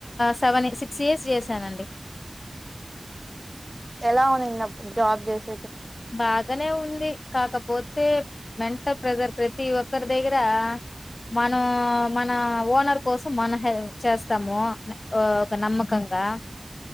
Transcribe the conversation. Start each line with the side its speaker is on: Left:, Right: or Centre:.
Left: సెవెన్ సిక్స్ ఇయర్స్ చేశానండి
Right: ఎలా ఉందిప్పుడు జాబ్ చేసి
Left: బాగానే ఉంది కాకపోతే వెంట ప్రజర్ ప్రతి ఒక్కరి దగ్గర మనం మన ఓనర్ కోసం మనం హ చేస్తాము ఒక నమ్మకంగా